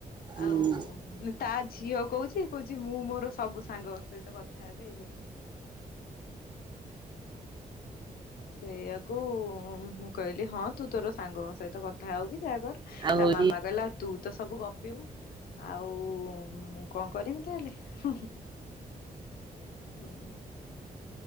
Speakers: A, on the right; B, on the left.
A: ହୁଁ
B: ଆଉ <unintelligible> ତା ଝିଅ କହୁଛି କହୁଛି ମୁଁ ମୋର ସବୁ ସାଙ୍ଗ ସହିତ କଥା ହେବି ଇଏ କରିବି। ସେଇଆକୁ ମୁଁ କହିଲି ହଁ। ତୁ ତୋର ସାଙ୍ଗଙ୍କ ସହିତ କଥା ହଉ କିି ଯାହାକର
A: ଆଉ
B: ତା
A: ହଉଛି
B: ମାମା କହିଲା ତୁ ତ ସବୁ ଗପିବୁ ଆଉ ମୁଁ କଣ କରିବି ତାହେଲେ ହୁଁ ହୁଁ।